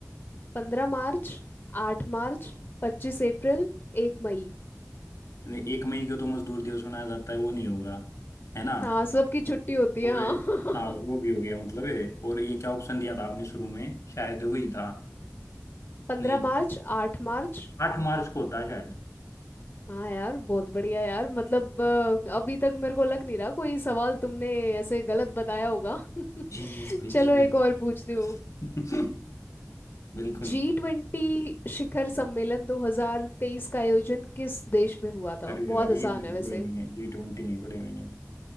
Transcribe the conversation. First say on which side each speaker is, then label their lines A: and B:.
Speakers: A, on the left; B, on the left.
A: पंद्रह मार्च आठ मार्च पच्चीस अप्रैल एक मई
B: नहीं, एक मई को तो मजदूर दिवस मनाया जाता है वो नहीं होगा है ना
A: हाँ सबकी छुट्टी होती है
B: और
A: हाँ
B: हाँ वो
A: <laughs>
B: भी हो गया मतलब है और ये क्या ऑप्शन दिया था आपने शुरू में शायद वही था
A: पंद्रह
B: नहीं
A: मार्च आठ मार्च
B: आठ मार्च को होता है शायद
A: हाँ यार बहुत बढ़िया यार मतलब अ, अभी तक मेरे को लग नहीं रहा कोई सवाल तुमने ऐसे गलत बताया होगा <laughs>
B: जीनियस भाई
A: चलो
B: जीनियस
A: एक और पूछती हूँ
B: <laughs> बिल्कुल
A: जी ट्वेंटी शिखर सम्मेलन 2023 का आयोजन किस देश में हुआ था
B: अरे
A: बहुत
B: यार ये
A: आसान
B: नहीं
A: है वैसे
B: पढ़े मैंने जी ट्वेंटी नहीं पढ़े मैंने